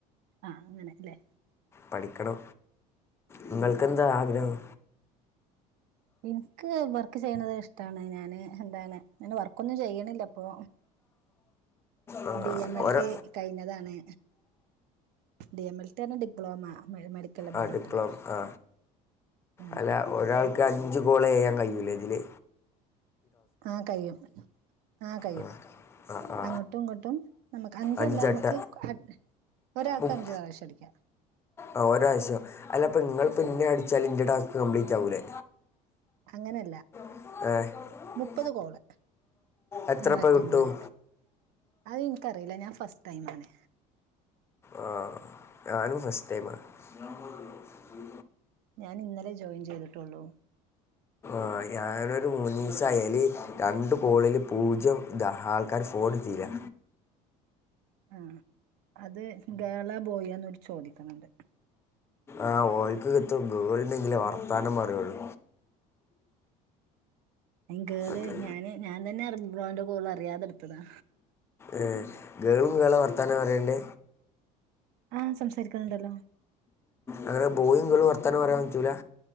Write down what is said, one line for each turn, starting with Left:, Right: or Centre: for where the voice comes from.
Right: ആഹ് അങ്ങനെ ല്ലേ
Left: പഠിക്കണം നിങ്ങൾക്കെന്താ ആഗ്രഹം
Right: എനിക്ക് വർക്ക് ചെയ്യണത് ഇഷ്ടാണ് ഞാന് എന്താണ് ഞൻ വർക്ക്ൊന്നും ചെയ്യണില്ല അപ്പൊ
Left: ആ,
Right: ഡി എം എൽ
Left: ഓരോ
Right: ടി കഴിഞ്ഞതാ ണ് ഡി എം എൽ ടി ർഞ്ഞ ഡിപ്ലോമ മെഡിക്കൽ ലബോറട്ടറി
Left: ആ ഡിപ്ലോമ് ആ
Right: ഉം
Left: അല്ല ഒരാൾക്ക് അഞ്ചു കോള് ചെയ്യാൻ കയൂ ലേ ഇതില്?
Right: ആഹ് കയിയും ആ കയിയും
Left: ആ ആ ആ
Right: അങ്ങോട്ടും ഇങ്ങോട്ടും നമ്മക്ക് അഞ്ചല്ല
Left: അഞ്ചട്ട
Right: നമ്മക്ക് അ ഒരാൾക്ക്
Left: മുപ്പ
Right: അഞ്ചു പ്രാവശ്യം അടിക്കാം
Left: ആ ഒരാവശ്യം അല്ല ഇപ്പ ഇങ്ങളിപ്പ ഇന്നെ അടിച്ചാല് ഇൻ്റെ ടാ കംബ്ലീറ്റാവൂലേ
Right: അങ്ങനെയല്ല
Left: <unintelligible>
Right: മുപ്പത് കോള്
Left: എത്രപ്പ
Right: നമ്മൾ അറ്റൻഡ്
Left: കിട്ടും
Right: ചെയ്യ അത് ഇനിക്കറിയില്ല ഞാൻ ഫസ്റ്റ് ടൈം ആണ്
Left: ആ, ഞാനും ഫസ്റ്റ് ടൈമാ <unintelligible>
Right: ഞാന് ഇന്നലെ ജോയിൻ ചെയ്തിട്ടെയുള്ളൂ.
Left: ആഹ് ഞാനൊരു മൂന്ന് ദിവസായി അയില് രണ്ട് കോളില് പൂജ്യം ഇതാ ആൾക്കാര് ഫോണ് ചെയ്യാ
Right: ആഹ് അത് ഗേളാ ബോയാന്നാ ഓല് ചോയിക്കണത്
Left: ആ ഓൽക്ക് <unintelligible> ഗേള്ണ്ടെങ്കിലേ വർത്താനം പറയുള്ളൂ
Right: അയിന് ഗേള്
Left: മറ്റേ,
Right: ഞാന് ഞാൻ തന്നെ അർ ബ്രോന്റെ കോള് അറിയാതെടുത്തതാ
Left: ഏഹ് ഗേളും ഗേളാ വർത്താനം പറയണ്ടേ?
Right: ആഹ് സംസാരിക്കുന്നുണ്ടല്ലോ
Left: അങ്ങനെ ബോയിം ഗേളും വർ ർത്താനം പറയാന് പറ്റൂലാ?